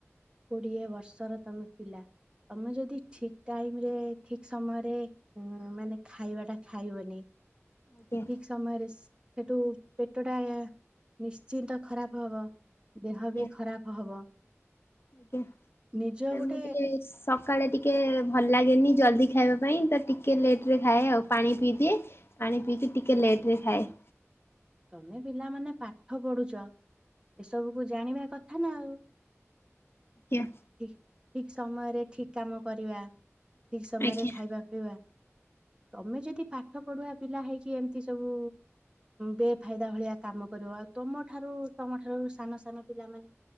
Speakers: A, on the right; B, on the left.
A: କୋଡିଏ ବର୍ଷର ତମେ ପିଲା ତମେ ଯଦି ଠିକ ଟାଇମରେ ଠିକ ସମୟରେ। ହୁଁ ମାନେ ଖାଇବା ଟା ଖାଇବନି।
B: ଆଜ୍ଞା।
A: ଠିକ ସମୟରେ ସେଠୁ ପେଟ ଟା। ନିଶ୍ଚିନ୍ତ ଖରାପ ହବ
B: ଆଜ୍ଞା
A: ଦେହ ବି ଖରାପ ହବ।
B: ଆଜ୍ଞା।
A: ନିଜ
B: ଏ
A: ଗୋଟେ।
B: ମୁଁ ଟିକେ ସକାଳେ ଟିକେ ଭଲ ଲାଗେନି ଜଲଦି ଖାଇବା ପାଇଁ ତ ଟିକେ ଲେଟ ରେ ଖାଏ ଆଉ ପାଣି ପିଇଦିଏ। ପାଣି ପିଇକି ଟିକେ ଲେଟ ରେ ଖାଏ।
A: ତମେ ପିଲାମାନେ ପାଠ ପଢୁଛ। ଏସବୁ କୁ ଜାଣିବା କଥା ନା ଆଉ।
B: ଆଜ୍ଞା।
A: ଠିକ ଠିକ ସମୟରେ ଠିକ କାମ କରିବା। ଠିକ ସମୟରେ
B: ଆଜ୍ଞା।
A: ଖାଇବା ପିଇବା। ତମେ ଯଦି ପାଠ ପଢୁଆ ପିଲା ହେଇକି ଏମତି ସବୁ ବେ ଫାଇଦା ଭଳିଆ କାମ କରିବ ଆଉ ତମ ଠାରୁ ତମଠାରୁ ସାନ ସାନ ପିଲାମାନେ।